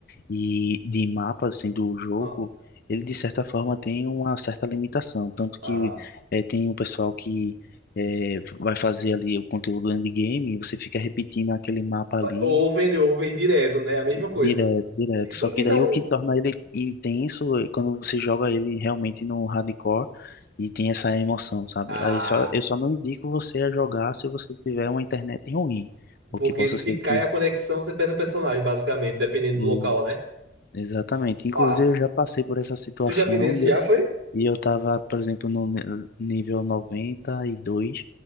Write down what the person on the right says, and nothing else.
Ó,
ah,
ou vender ou vem direto, né? A mesma coisa.
E-
então,
ah,
porque
se
cai
a conexão, você perde o personagem, basicamente, dependendo
do local, né?
Ó,
tu já perdesse
já,
foi?